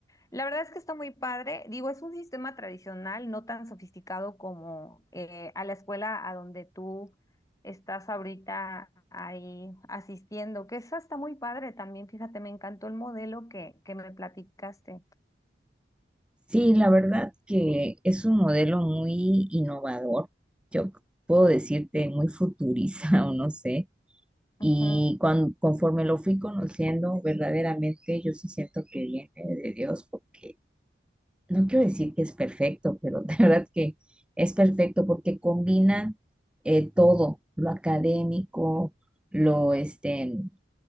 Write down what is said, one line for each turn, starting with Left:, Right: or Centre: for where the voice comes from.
Left: la verdad es que está muy padre. Digo, es un sistema tradicional, no tan sofisticado como eh, a la escuela a donde tú estás ahorita ahí asistiendo, que eso está muy padre también, fíjate, me encantó el modelo que, que me platicaste.
Centre: Sí, la verdad que es un modelo muy innovador, yo c- puedo decirte muy futurista <laughs> o no sé, y
Left: Ujú,
Centre: cuan- conforme lo fui conociendo, verdaderamente yo sí siento que viene de Dios, porque no quiero decir que es perfecto, pero <laughs> de verdad que es perfecto porque combina eh, todo, lo académico, lo este,